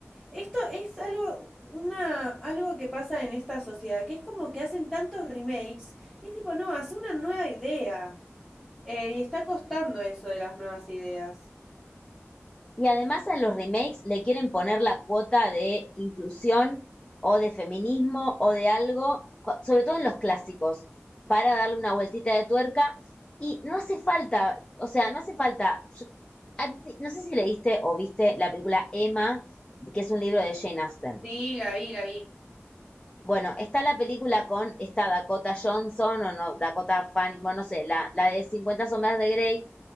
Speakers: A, in the centre; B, on the left (about 20°).
A: esto es algo, una, algo que pasa en esta sociedad, que es como que hacen tantos remakes y es tipo, no, hace una nueva idea. Eh, y está costando eso de las nuevas ideas.
B: Y además a los remakes le quieren poner la cuota de inclusión o de feminismo o de algo, sobre todo en los clásicos, para darle una vueltita de tuerca. Y no hace falta, o sea, no hace falta. yo- no sé si leíste o viste la película Emma, que es un libro de Jane Austen.
A: Sí, la vi, la vi.
B: Bueno, está la película con esta Dakota Johnson o no, Dakota Fanning, bueno, no sé, la, la de Cincuenta sombras de Grey,